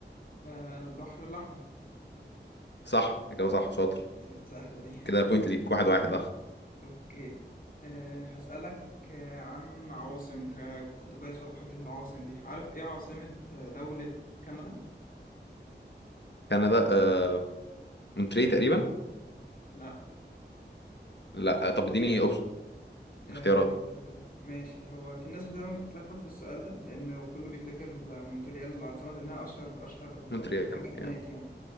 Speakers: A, on the left; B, on the left.
A: آه البحر الأحمر
B: صح اجابه صح شاطر
A: دي س- سهلة دي <laughs>
B: كده بوينت ليك واحد واحد اه
A: اوكي أه هسألك آه، عن عواصم انت كنت كويس في حتة العواصم دي عارف ايه عاصمة آه، دولة كندا؟
B: كندا آه مونتري تقريبا
A: لا
B: لا آه، طب اديني اوبشن
A: أه
B: اختيارات
A: ماشي هو في ناس فعلا بتتلخبط في السؤال ده لأنه كله بيفتكر مونتريال العاصمة لأنها أشهر أشهر
B: مونتري
A: آه، حاجة هناك
B: يعني.
A: يعني